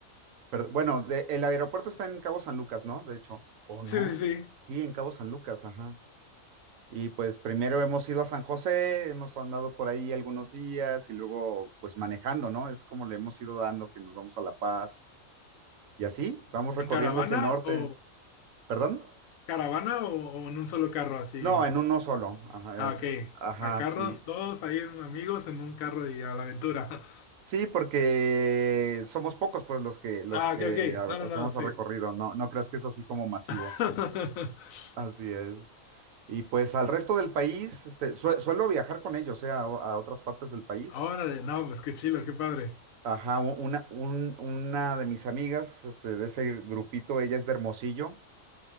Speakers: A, on the right; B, on the left.
A: Pero, bueno, de- el aeropuerto está en Cabo San Lucas, ¿no? De hecho. ¿O no?
B: Sí, sí, sí.
A: Sí, en Cabo San Lucas, ajá. Y pues primero hemos ido a San José, hemos andado por ahí algunos días y luego pues manejando, ¿no? Es como le hemos ido dando que nos vamos a La Paz y así vamos recorriendo
B: ¿En caravana
A: hacia el norte.
B: o
A: ¿Perdón?
B: caravana o, o en un solo carro así?
A: No, en uno solo. Ajá,
B: Ah, ok.
A: eh, ajá,
B: A carros,
A: sí.
B: todos ahí en- amigos en un carro y a la aventura. <laughs>
A: Sí, porque somos pocos pues los que los
B: Ah,
A: que
B: ok, ok.
A: ha-
B: No, no,
A: hacemos
B: no, sí.
A: el recorrido. No, no creas que es así como masivo.
B: <laughs>
A: Así es. Y pues al resto del país, este, sue- suelo viajar con ellos, eh, a, a otras partes del país.
B: Órale, no, pues qué chilo, qué padre.
A: Ajá, u- una, un- una de mis amigas, este, de ese grupito, ella es de Hermosillo